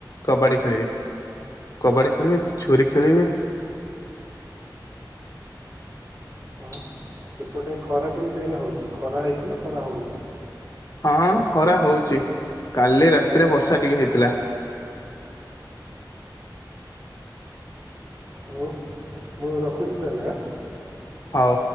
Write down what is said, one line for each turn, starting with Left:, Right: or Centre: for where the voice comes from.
Left: କବାଡି ଖେଳିବେ। କବାଡି ଖେଳିବେ କୁ ଛୁରୀ ଖେଳିବେ।
Right: ଆଉ ସେପଟେ ଖରା କେମିତି ଏଇନା ହଉଚି ଖରା ହେଇଛି ନା ଖରା ହଉନି।
Left: ହଁ ଖରା ହଉଚି କାଲି ରାତିରେ ବର୍ଷା ଟିକେ ହେଇଥିଲା।
Right: ହଉ ମୁଁ ରଖୁଛି ତାହେଲେ ହାଁ।
Left: ହଉ।